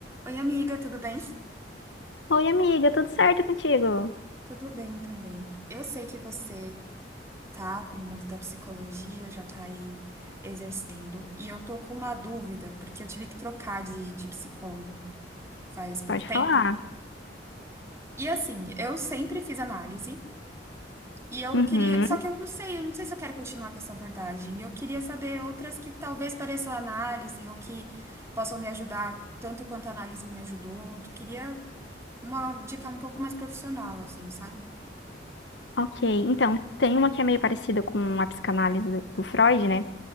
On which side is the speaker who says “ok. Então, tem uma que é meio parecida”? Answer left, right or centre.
Left